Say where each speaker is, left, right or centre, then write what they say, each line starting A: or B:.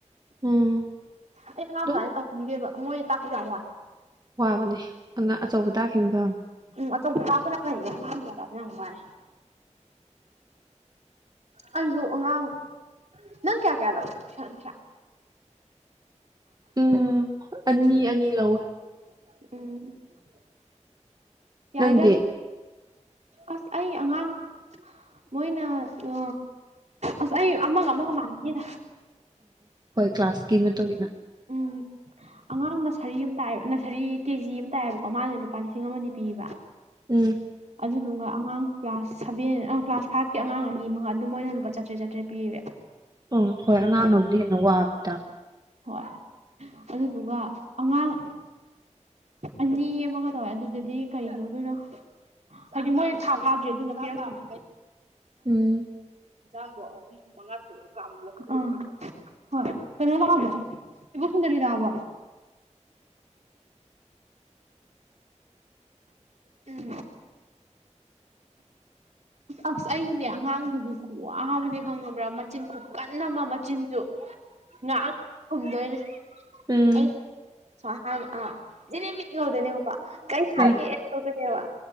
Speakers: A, on the right; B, on the right.
A: ꯎꯝ
B: ꯑꯩ ꯑꯉꯥꯡ
A: ꯑꯗꯨꯝ
B: ꯃꯆꯥꯁꯦ ꯇꯧꯅꯤꯡꯗꯦꯕ ꯃꯣꯏ ꯇꯥꯛꯄꯖꯦ ꯌꯥꯡꯋꯥꯏ
A: ꯋꯥꯕꯅꯦ ꯑꯉꯥꯡ ꯑꯆꯧꯕ ꯇꯥꯈꯤꯕ ꯐꯕꯅꯦ
B: ꯎꯝ ꯑꯆꯧꯕ ꯇꯥꯕꯅ ꯐꯩ ꯑꯉꯥꯡ ꯃꯆꯥ ꯇꯛꯄ ꯌꯥꯝ ꯋꯥꯏ ꯌꯦ ꯑꯩꯁꯨ ꯑꯉꯥꯡ ꯅꯪ ꯀꯌꯥ ꯀꯌꯥ ꯂꯧꯏ ꯊꯧꯏꯁꯟ ꯄꯩꯁꯥ <inaudible>
A: ꯎꯝ ꯑꯅꯤ ꯑꯅꯤ ꯂꯧꯋꯦ
B: <unintelligible> ꯋꯥꯏꯗ꯭ꯔꯖꯨ
A: ꯅꯪꯗꯤ
B: ꯑꯁ ꯑꯩ ꯑꯉꯥꯡ ꯃꯣꯏꯅ ꯑ ꯑꯁ ꯑꯩ ꯑꯃꯒ ꯑꯃꯒ ꯃꯥꯟꯗꯦꯗ
A: ꯀ꯭ꯂꯥꯁ ꯀꯤ ꯃꯇꯨꯡ ꯏꯟꯅ
B: ꯎꯝ ꯑꯉꯥꯡ ꯅꯁꯔꯤ ꯑꯃ ꯇꯥꯏꯌꯦꯕ ꯅꯁꯔꯤ ꯀꯦꯖꯤ ꯑꯃ ꯇꯥꯏꯌꯦꯕꯀꯣ ꯃꯥꯅ ꯂꯨꯄꯥ ꯂꯤꯁꯤꯡ ꯑꯃꯗꯤ ꯄꯤꯌꯦꯕ
A: ꯎꯝ
B: ꯑꯗꯨꯗꯨꯒ ꯑꯉꯥꯡ ꯀ꯭ꯂꯥꯁ ꯁꯚꯦꯟ ꯑ ꯀ꯭ꯂꯥꯁ ꯐꯥꯏꯚꯀꯤ ꯑꯉꯥꯡ ꯑꯅꯤꯃꯉꯥ ꯑꯗꯨꯝ ꯑꯣꯏꯅ ꯂꯨꯄꯥ ꯆꯥꯇ꯭ꯔꯦꯠ ꯆꯥꯇ꯭ꯔꯦꯠ ꯄꯤꯌꯦ
A: ꯑꯣ ꯍꯣꯏ ꯑꯉꯥꯡꯅꯕꯨꯗꯤ ꯍꯦꯟꯅ ꯋꯥꯕ ꯇꯥꯛꯄ
B: ꯍꯣꯏ ꯑꯗꯨꯗꯨꯒ ꯑꯉꯥꯡ ꯑꯅꯤ ꯑꯃꯒ ꯇꯧꯋꯦ ꯑꯗꯨꯗꯗꯤ ꯀꯩꯗꯧꯗꯣꯏꯅꯣ ꯍꯥꯏꯗꯤ ꯃꯣꯏꯅ ꯊꯥ ꯐꯥꯗ꯭ꯔꯦ ꯑꯗꯨꯅ ꯄꯤꯔꯛꯇ꯭ꯔꯤ
A: ꯎꯝ
B: ꯌꯦꯟꯁꯥꯡꯗꯣ ꯑꯍꯨꯝ ꯃꯉꯥ ꯇꯔꯨꯛꯂ ꯀꯥꯃꯂ <unintelligible> ꯑꯥ ꯍꯣꯏ ꯀꯩꯅꯣ ꯂꯥꯛꯑꯕꯣ ꯏꯕꯣꯛ ꯁꯨꯟꯗꯔꯤ ꯂꯥꯛꯑꯕꯣ ꯎꯝ ꯑꯁ ꯑꯩꯒꯤꯅꯦ ꯑꯉꯥꯡꯗꯨꯗꯤ ꯈꯨꯋꯥ ꯑꯃꯅꯦ ꯈꯪꯉꯕ꯭ꯔꯥ ꯃꯆꯤꯟ ꯈꯨꯀꯟ ꯀꯟꯅ ꯑꯃ ꯃꯆꯤꯟꯁꯨ ꯉꯍꯥꯛ ꯈꯨꯝꯗꯣꯏꯅꯦ
A: ꯎꯝ
B: ꯑꯩ ꯁꯨꯃꯥꯏ ꯍ ꯑ ꯏꯍꯧꯗꯣꯏꯅꯦꯕꯀꯣ ꯀꯩ ꯍꯥꯏꯒꯦ
A: ꯑ
B: ꯇꯧꯗꯣꯏꯅꯦꯕ